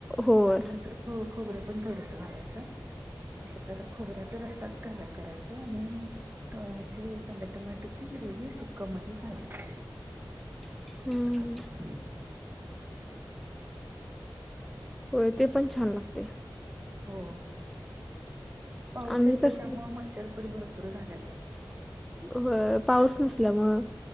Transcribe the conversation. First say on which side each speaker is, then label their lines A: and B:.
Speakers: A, in the centre; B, on the right.
A: होय
B: आणि नंतर खोबरे पण थोडस घालायचं. एकाच्या खोबऱ्याचा रस्तात घालक करायचं आणि. तवा ह्याची कांदा टोमॅटोची ग्रेव्ही ही सुकामध्ये घालयची.
A: <inaudible> हम्म
B: असं करत का?
A: होय ते पण छान लागते.
B: हो. पाऊस
A: आम्ही
B: येतोय
A: तस
B: त्यामुळं मच्छर पण भरपूर झाल्यात.
A: होय पाऊस नसल्यामुळं.